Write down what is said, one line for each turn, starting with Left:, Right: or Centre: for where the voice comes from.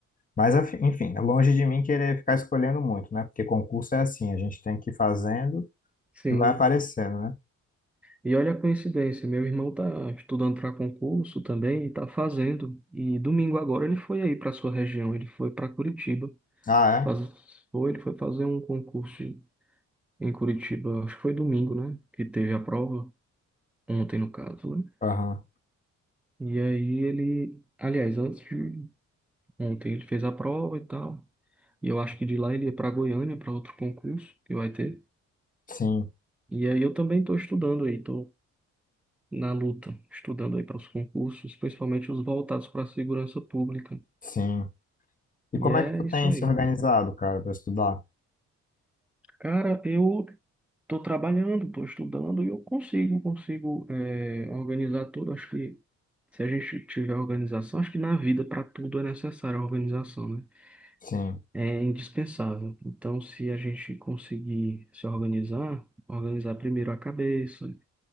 Left: Mas afi- enfim, é longe de mim querer ficar escolhendo muito, né? Porque concurso é assim, a gente tem que ir fazendo o
Centre: Sim.
Left: que vai aparecendo, né?
Centre: E olha a coincidência, meu irmão tá estudando para concurso também e tá fazendo. E domingo agora ele foi aí para sua região, ele foi para Curitiba.
Left: Ah,
Centre: Faz... Foi, ele foi fazer um concurso em Curitiba, acho que foi domingo, né? Que teve a prova, ontem no caso, né?
Left: é? Aham.
Centre: E aí ele, aliás, antes de ontem ele fez a prova e tal. E eu acho que de lá ele ia para Goiânia para outro concurso que vai ter.
Left: Sim,
Centre: E aí eu também estou estudando aí, estou na luta, estudando aí para os concursos, principalmente os voltados para a segurança pública.
Left: sim. E
Centre: E
Left: como
Centre: é
Left: é que tu
Centre: isso
Left: tem
Centre: aí.
Left: se organizado, cara, para estudar?
Centre: Cara, eu Estou trabalhando, estou estudando e eu consigo, consigo é, organizar tudo. Acho que se a gente tiver organização, acho que na vida para tudo é necessária a organização, né?
Left: Sim,
Centre: É indispensável. Então, se a gente conseguir se organizar, organizar primeiro a cabeça,